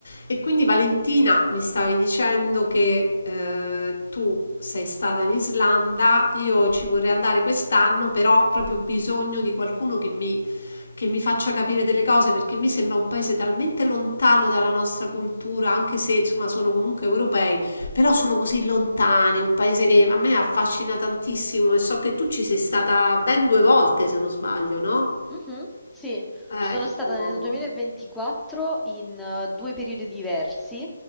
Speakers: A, on the left; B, in the centre.
A: E quindi Valentina mi stavi dicendo che eh, tu sei stata in Islanda, io ci vorrei andare quest'anno, però ho proprio bisogno di qualcuno che mi, che mi faccia capire delle cose perché mi sembra un paese talmente lontano dalla nostra cultura, anche se insomma sono comunque europei, però sono così lontani, è un paese che a me affascina tantissimo e so che tu ci sei stata ben due volte, se non sbaglio, no?
B: Mhm, Sì,
A: Ecco,
B: ci sono stata nel 2024 in eh, due periodi diversi,